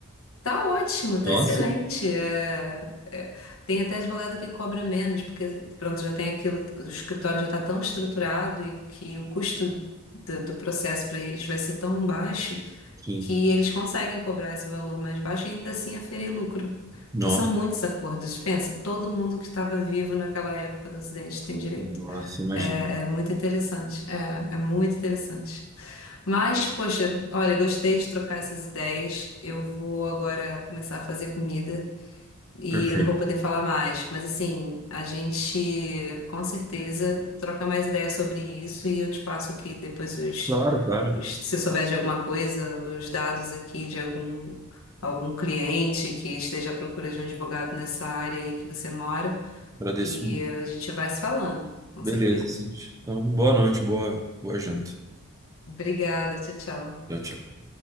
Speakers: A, on the left; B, on the right.
A: Tá ótimo,
B: Nossa,
A: tá excelente. É- é- tem até advogado que cobra menos, porque pronto, já tem aquilo, o escritório já está tão estruturado e que o custo do, do processo para eles vai ser tão baixo
B: sim.
A: que eles conseguem cobrar esse valor mais baixo e ainda assim aferir lucro,
B: Nossa,
A: que são muitos acordos. Pensa, todo mundo que estava vivo naquela época do acidente tem direito.
B: nossa, imagina.
A: É, é muito interessante, é, é muito interessante. Mas, poxa, olha, gostei de trocar essas ideias. Eu vou agora começar a fazer comida. E
B: Perfeito.
A: eu não vou poder falar mais, mas assim, a gente com certeza troca mais ideias sobre isso e eu te passo aqui depois os,
B: Claro, claro.
A: se você souber de alguma coisa, os dados aqui de algum, algum cliente que esteja à procura de um advogado nessa área aí que você mora,
B: Agradeço.
A: e
B: muito.
A: eh, a gente vai se falando, com
B: Beleza,
A: certeza.
B: sim. Então, boa noite, boa, boa janta.
A: Obrigada, tchau, tchau.
B: Tchau, tchau.